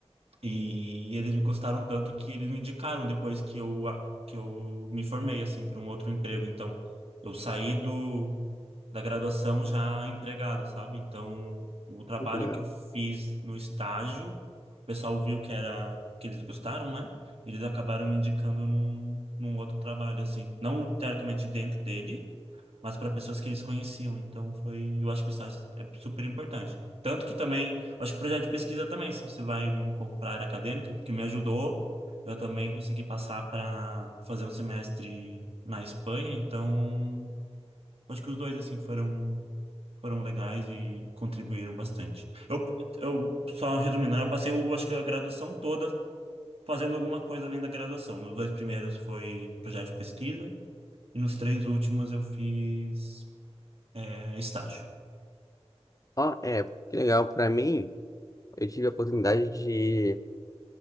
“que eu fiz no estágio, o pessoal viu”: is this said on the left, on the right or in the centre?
Right